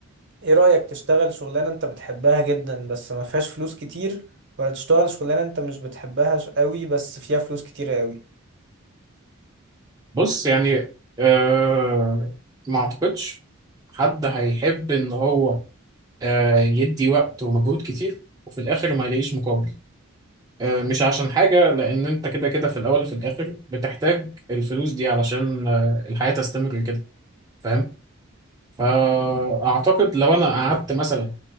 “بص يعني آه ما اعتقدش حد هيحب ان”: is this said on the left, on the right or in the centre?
Right